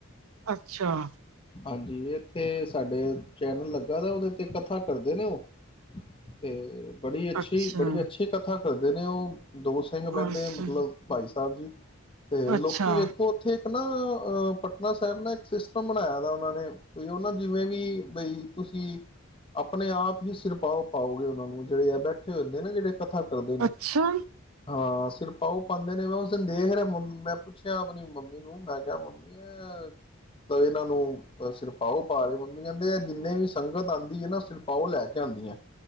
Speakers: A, on the right; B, on the left.
A: ਅੱਛਾ
B: ਹਾਂਜੀ, ਇੱਥੇ ਸਾਡੇ ਚੈਨਲ ਲੱਗਾ ਦਾ ਉਹਦੇ ਤੇ ਕੱਥਾ ਕਰਦੇ ਨੇ ਉਹ, ਤੇ ਬੜੀ
A: ਅੱਛਾ,
B: ਅੱਛੀ, ਬੜੀ ਅੱਛੀ ਕਥਾ ਕਰਦੇ ਨੇ ਉਹ ਦੋ ਸਿੰਘ ਬਹਿੰਦੇ
A: ਅੱਛਾ,
B: ਮਤਲਬ ਭਾਈ ਸਾਹਿਬ ਜੀ। ਤੇ ਲੋਕੀ
A: ਅੱਛਾ,
B: ਵੇਖੋ ਉੱਥੇ ਇੱਕ ਨਾ ਅਹ ਪਟਨਾ ਸਾਹਿਬ ਨਾ ਇੱਕ ਸਿਸਟਮ ਬਣਾਇਆ ਦਾ ਉਹਨਾਂ ਨੇ, ਉਹ ਨਾ ਜਿਵੇਂ ਵੀਂ ਬਈ ਤੁਸੀਂ ਆਪਣੇ ਆਪ ਹੀ ਸਿਰਪਾਓ ਪਾਓਗੇ ਉਹਨਾਂ ਨੂੰ ਜਿਹੜੇ ਆ ਬੈਠੇ ਹੁੰਦੇ ਨਾ ਜਿਹੜੇ ਕਥਾ ਕਰਦੇ ਨੇ।
A: ਅੱਛਾ,
B: ਹਾਂ ਸਿਰਪਾਓ ਪਾਂਦੇ ਨੇ ਮੈਂ ਉਸ ਦਿਨ ਦੇਖ ਰਿਹਾ ਮੈਂ ਪੁੱਛਿਆ ਆਪਣੀ ਮੰਮੀ ਨੂੰ ਮੈਂ ਕਿਆ ਮੰਮੀ ਐ ਇਹਨਾਂ ਨੂੰ ਸਿਰਪਾਓ ਪਾ ਰਏ ਮੰਮੀ ਕਹਿੰਦੇ ਆਂ ਜਿੰਨੇ ਵੀ ਸੰਗਤ ਆਂਦੀ ਐ ਨਾਂ ਸਿਰਪਾਓ ਲੈ ਕੇ ਆਉਂਦੀਆਂ।